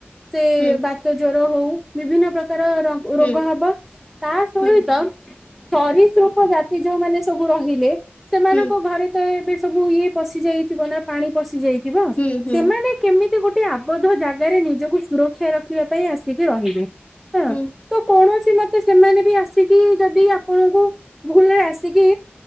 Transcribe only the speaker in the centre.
ସେ
ବାତ ଜ୍ୱର ହଉ ବିଭିନ୍ନ ପ୍ରକାର ପ୍ରକାରର
ରୋଗ ହବ ତା ସହିତ
ସରୀସୃପ ଜାତି ଯୋଉମାନେ ସବୁ ରହିଲେ ସେମାନଙ୍କ
ଘରେ ତ ଏବେ ସବୁ ଇଏ ପଶି ଯାଇଥିବ ନା ପାଣି ପଶି ଯାଇଥିବ
ସେମାନେ କେମି ତି ଗୋଟେ ଆବଦ୍ଧ ଜାଗାରେ ନିଜକୁ ସୁରକ୍ଷା ରଖିବା ପାଇଁ ଆସିକି ରହିବେ। ହଁ
ତ କୌଣସି ମ ତେ ସେମାନେ ବି ଆସିକି ଯଦି ଆପଣଙ୍କୁ ଭୁଲରେ ଆସିକି